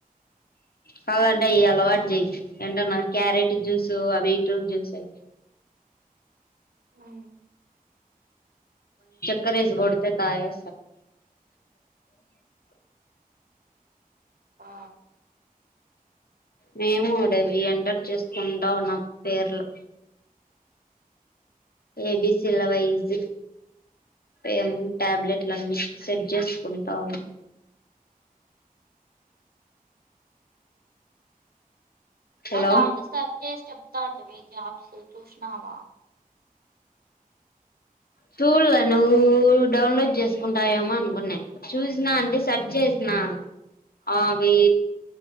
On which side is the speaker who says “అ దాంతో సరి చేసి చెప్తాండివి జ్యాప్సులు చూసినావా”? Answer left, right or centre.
Right